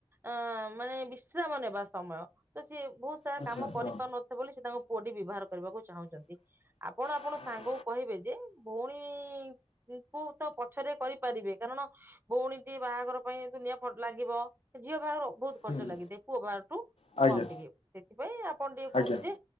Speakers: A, on the right; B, on the left.
A: ଅଁ ମାନେ ବିଶ୍ରାମ ନେବା ସମୟ ତ ସିଏ ବହୁତ୍ ସାରା
B: ଆଚ୍ଛା
A: କାମ କରିପାରୁନିଥି
B: ହଁ।
A: ବୋଲି ସେ ତାଙ୍କ ପୁଅଟି ବିବାହାର କରିବାକୁ ଚାହୁଁଛନ୍ତି। ଆପଣ ଆପଣଙ୍କ
B: ଆଚ୍ଛା
A: ସାଙ୍ଗକୁ କହିବେ ଯେ ଭଉଣୀ କୁ ତ ପଛରେ କରିପାରିବେ କାରଣ ଭଉଣୀ ଟିଏ ବାହାଘର ପାଇଁ ଦୁନିଆ <unintelligible> ଲାଗିବ ଝିଅ ବାହାଘର ବହୁତ୍
B: ହୁଁ
A: ଲାଗିଥାଏ ପୁଅ ବାହାରଠୁ
B: ଆଜ୍ଞା
A: କମ ଟିକେ ସେଥିପାଇଁ ଆପଣ ଟିକେ କୁହନ୍ତୁ
B: ଆଜ୍ଞା।
A: ଯେ